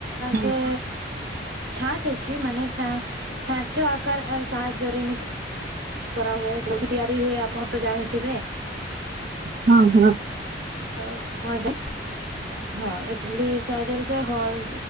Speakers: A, on the right; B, on the right.
A: ହଁ
B: ସେ ଛାଞ୍ଚେ ଅଛି ମାନେ ଛାଞ୍ଚ କାର ସାହାଯ୍ୟରେ ନିି କରାହୁଏ ସବୁ ତିଆରି ହୁଏ ଆପଣତ ଜାଣିଥିବେ
A: ହଁ ହଁ।
B: ତ କଣ ଯ ହଁ ଇଟିଲି ସାହାଜରେ ସେ ହଳ